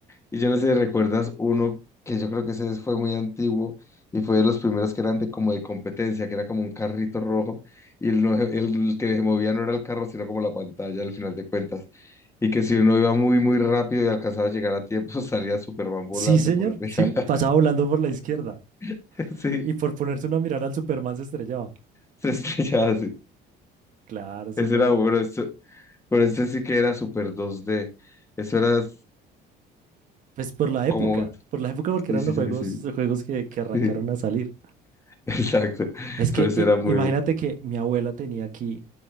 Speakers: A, on the left; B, on the right.
A: Y yo no sé si recuerdas uno que yo creo que ese fue muy antiguo y fue de los primeros que eran de, como de competencia, que era como un carrito rojo y el, no- el que se movía no era el carro, sino como la pantalla al final de cuentas. Y que si uno iba muy, muy rápido y alcanzaba a llegar a tiempo, <laughs> salía Superman volando
B: Sí, señor,
A: por arriba.
B: sí. Pasaba volando por la izquierda.
A: <laughs> Sí,
B: Y por ponerse uno a mirar al Superman se estrellaba.
A: se estrellaba así.
B: Claro, ese
A: Ese
B: juego.
A: era bueno, eso, pero este sí que era super dos d Eso era
B: Pues por la
A: como...
B: época, por la época porque
A: Sí,
B: eran
A: sí,
B: los
A: sí,
B: juegos,
A: sí,
B: los juegos que, que arrancaron
A: sí.
B: a salir.
A: <laughs> Exacto.
B: Es que
A: Pero ese
B: eh,
A: era muy...
B: imagínate
A: bu-
B: que mi abuela tenía aquí